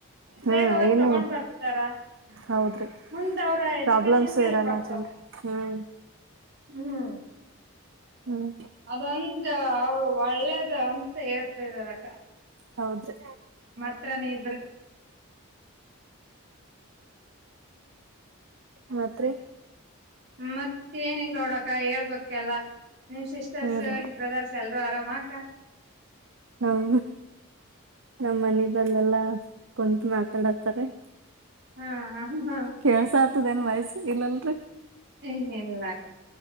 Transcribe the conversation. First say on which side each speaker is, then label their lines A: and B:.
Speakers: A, on the right; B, on the right.
A: ಹಾ
B: ಬೇಗ ಹೋಗಿ
A: ಏನು
B: ತಗೊಂಡ್ ಬರ್ತಾರ
A: ಹೌದ್ರಿ
B: ಮುಂದ ಅವ್ರ ಎಜುಕೇಶನಗೆ
A: ಪ್ರಾಬ್ಲಮ್ಸ್
B: ಹೆಲ್ಪ್
A: ಇರಲ್ಲ
B: ಆಗ್ತಾವ
A: ಜಲ್ರಿ ಹ್ಮ್
B: ಹ್ಮ್
A: ಹ್ಮ್
B: ಅದೊಂದ ಒಳ್ಳೇದು ಅಂತ ಹೇಳ್ತಿದ ಅಕ್ಕ
A: ಹೌದ್ರಿ
B: ಚತ್ರನೇ್ರ
A: ಮತ್ರಿ
B: ಮತ್ತ ಏನಿಲ್ಲಲ್ ನೋಡಕ ಹೇಳ್ಬೇಕಲ್ಲಾ ನಿಮ್ ಸಿಸ್ಟರ್ಸ್
A: ಹ್ಮ ರೀ
B: ನಿಮ್ ಬ್ರದರ್ಸ್ ಎಲ್ಲಾ ಪ್ರ ಆರಾಮಕ್ಕ
A: ಹೌದು ನಮ್ಮ ಮನ ಬಲ್ಲೆಲ್ಲಾ ಕುಂತು ಮಾತಾಡತಾರೆ
B: ಹಾ ಹಾ ಹಾ
A: ಕೆಲ್ಸ ಆತದೇಏನ್ ವಯಸ್ಸು ಇಲ್ಲಲ್ರಿ
B: ಏ ಇಲ್ಲಾಕ್ಕ